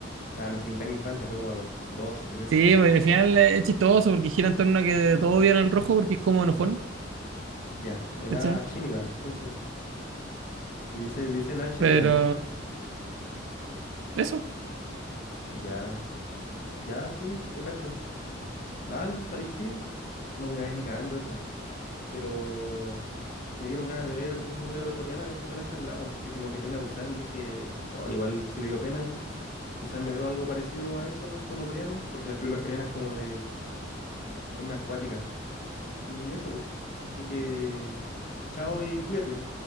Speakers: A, on the left; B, on the right.
A: O sea, no sin tan infancia, fue como a los doce, trece,
B: Sí, pues, al final es chistoso porque gira en torno a que todos odian al rojo porque es como enojón,
A: Ya, el
B: ¿cachai?
A: la chínica, eso. Y Dice, dice la chínica,
B: Pero
A: ¿no?
B: eso,
A: Ya, ya, sí, te cacho. Ah, ¿sabéis qué? No voy a ver ni cagando esa. pero me dieron ganas de ver una película coreana después de las que hablamos, así como que Tren a Busan, dije, "Oh, igual si le dio pena, quizás me veo algo parecido a eso como coreano, porque las películas coreanas como de, son más acuáticas, y eso, pues, así que, chao y cuídate.